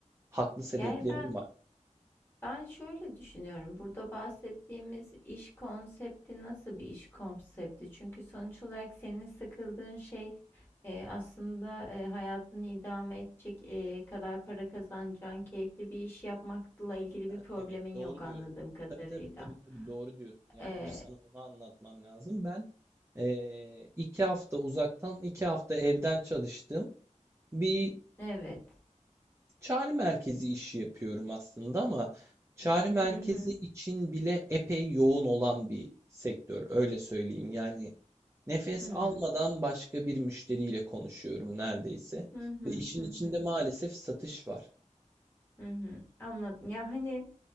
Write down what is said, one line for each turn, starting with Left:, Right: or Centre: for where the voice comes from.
Right: Haklı sebeplerim
Left: Yani ben
Right: var.
Left: ben şöyle düşünüyorum. Burada bahsettiğimiz iş konsepti nasıl bir iş konsepti? Çünkü sonuç olarak senin sıkıldığın şey e, aslında e, hayatını idame edecek e, kadar para kazanacağın keyifli bir iş yapmakla ilgili
Right: Ha,
Left: bir problemin
Right: evet doğru
Left: yok anladığım
Right: diyorsun.
Left: kadarıyla.
Right: Tabii tabii tabii tabii doğru diyorsun. Yani
Left: E,
Right: önce sana onu anlatmam lazım. Ben eee, iki hafta uzaktan, iki hafta evden çalıştım. Bir
Left: evet.
Right: Çağrı merkezi işi yapıyorum aslında ama çağrı merkezi
Left: Hı hı.
Right: için bile epey yoğun olan bir sektör, öyle söyleyeyim. Yani nefes
Left: Hıı.
Right: almadan başka bir müşteriyle konuşuyorum neredeyse
Left: Hı hı.
Right: ve işin
Left: Hı
Right: içinde
Left: hı.
Right: maalesef satış var.
Left: Hı hı. hı. Anladım. Ya, hani,